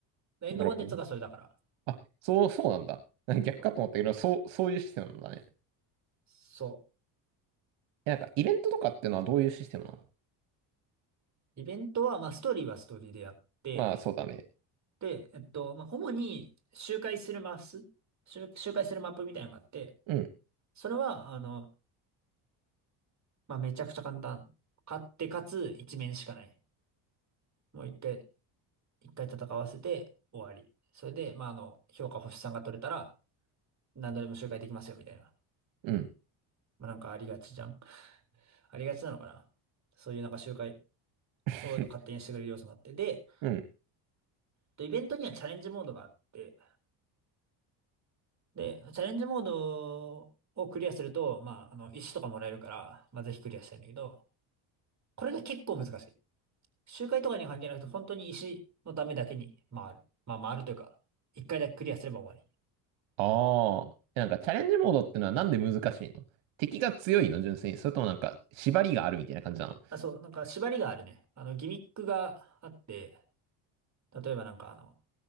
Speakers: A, on the right; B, on the right.
A: でエンドコンテンツがそれだから。
B: なるほど。あ、そう、そうなんだ。なんか逆かと思ったけど、
A: そう
B: そう、そういうシステムなんだね。
A: そう。
B: え、なんか、イベントとかってのはどういうシステムなの
A: イベントは、まあ、ストーリーはストーリーでやって、
B: まあ、そうだね。
A: で、えっと、まあ、主に、周回するマス、周周回するマップみたいなのがあって、
B: うん、
A: それは、あの、まあめちゃくちゃ簡単。勝ってかつ一面しかない。もう一回、一回戦わせて終わり。それで、まああの、評価星さんが取れたら何度でも周回できますよみたいな。
B: うん。
A: まあなんかありがちじゃん。ありがちなのかな。そういうなんか周回
B: <laughs>
A: を勝手にしてくれる要素もあって。で、
B: うん。
A: とイベントにはチャレンジモードがあって、で、チャレンジモードをクリアすると、まああの、石とかもらえるから、まあぜひクリアしたいんだけど、これが結構難しい。周回とかには関係なくて、本当に石のためだけに回る。まあ回るというか、一回だけクリアすれば終わり。
B: ああ。えなんか、チャレンジモードってのはなんで難しいの敵が強いの純粋に。それともなんか、縛りがあるみたいな感じなの
A: あ、そう、なんか縛りがあるね。あの、ギミックがあって、例えばなんかあの、